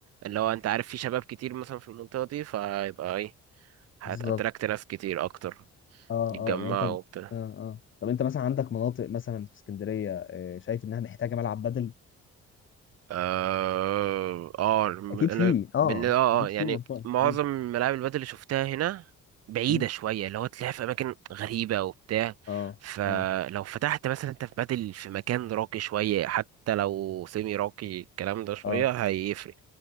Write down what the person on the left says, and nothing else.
بالظبط
اه
اه يعني انت اه
اه طب انت مثلا عندك مناطق مثلا في اسكندريه آه، شايف انها محتاجه ملعب بدل
اكيد
في اه
اكيد
في منطقه
اه
مم؟
اه
اه
اه